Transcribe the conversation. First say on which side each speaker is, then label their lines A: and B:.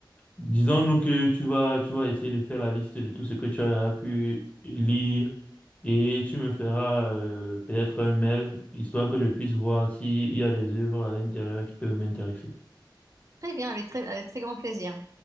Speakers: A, on the left; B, on the right.
A: disons-nous que tu vas tu vas essayer de faire la liste de tout ce que tu as pu lire et tu me feras euh, peut-être un mail histoire que je puisse voir s'il y a des œuvres à l'intérieur qui peuvent m'intéresser.
B: Très bien, avec très, avec très grand plaisir.